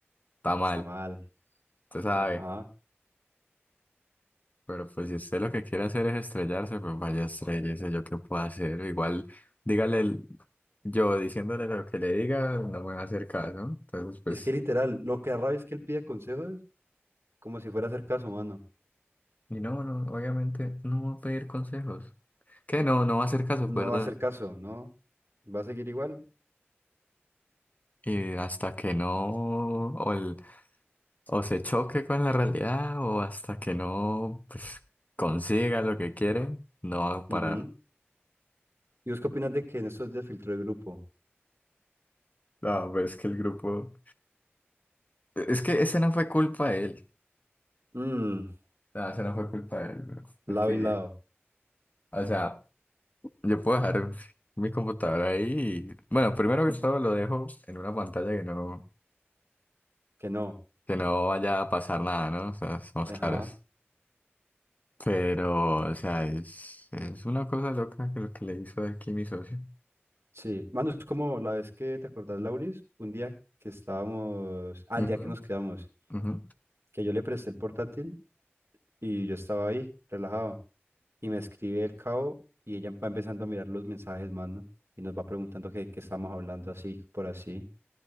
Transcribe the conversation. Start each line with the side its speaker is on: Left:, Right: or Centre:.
Left: está mal,
Right: Está mal.
Left: usted sabe.
Right: Ajá.
Left: Pero pues si usted lo que quiere hacer es estrellarse, pues vaya estrellese, yo qué puedo hacer. Igual, dígale el- yo diciéndole lo que le diga, no me va a hacer caso. ¿no? Entonces, pues.
Right: Y es que literal, lo que da rabia es que él pide consejos como si fuera a hacer caso, mano.
Left: Y no, no, obviamente no va a pedir consejos. Que no, no va a hacer caso, ¿verdad?
Right: No va a hacer caso, ¿no? Va a seguir igual.
Left: Y hasta que no, o, el- o se choque con la realidad, o hasta que no, pues, consiga lo que quiere, no va a parar.
Right: Ujú. ¿Y vos qué opinas de que en estos días filtró el grupo?
Left: No, pero es que el grupo... Es que ese no fue culpa de él.
Right: Mmm,
Left: No, ese no fue culpa de él, bro. Porque,
Right: lado y lado.
Left: o sea, yo puedo dejar mi computadora ahí y... Bueno, primero que todo lo dejo en una pantalla que no,
Right: Que no.
Left: que no vaya a pasar nada, ¿no? O sea, somos
Right: Ajá.
Left: claros. Pero, o sea, es, es una cosa loca que lo que le hizo aquí mi socio.
Right: Sí. Mano, es como la vez que te acordás, Lauris, un día que estábamos, al
Left: Ujú,
Right: día que nos quedamos,
Left: ujú.
Right: que yo le presté el portátil y yo estaba ahí, relajado. Y me escribe el cabo y ella va empezando a mirar los mensajes, mano. Y nos va preguntando qué, qué estamos hablando así, por así.